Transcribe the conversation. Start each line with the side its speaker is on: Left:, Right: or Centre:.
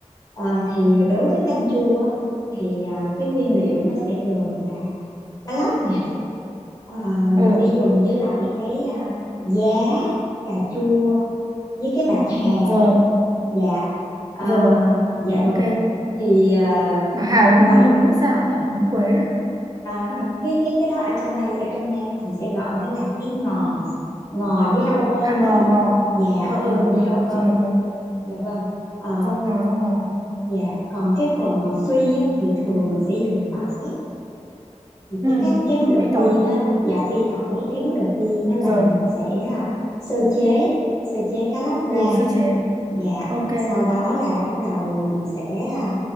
Left: Ờ, thì đối với canh chua á, thì à, cái nguyên liệu nó sẽ gồm là cá lóc nè à, mình
Right: Ừ,
Left: sẽ dùng với lại cái à, giá cà chua với cái bạc hà
Right: rồi,
Left: đó dạ à,
Right: rồi,
Left: dạ
Right: ok.
Left: rồi thì à,
Right: Mà Hà là
Left: ngoài
Right: húng húng hay sao nhỉ? Húng quế à?
Left: à, cái cái cái đó ở trong đây ở trong Nam thì sẽ gọi nó là cái ngò ngò với rau ôm
Right: À ngò
Left: á chị
Right: ngò.
Left: dạ
Right: Ờ ờ
Left: ngò
Right: rồi,
Left: với rau
Right: rồi,
Left: ôm
Right: chị hiểu rồi.
Left: dạ vâng Ờ,
Right: Rau ngò rau ngò.
Left: dạ còn cái phần mà phi á, thì thường mình sẽ dùng tỏi thì
Right: Ừ.
Left: cái cách cái bước đầu
Right: Phi
Left: tiên
Right: tỏi.
Left: á là dạ phi tỏi cái bước đầu tiên á là
Right: Rồi.
Left: mình sẽ à, sơ chế sơ chế cá lóc ra
Right: Ừ sơ chế.
Left: Dạ,
Right: Ok.
Left: sau đó là bắt đầu là mình sẽ à,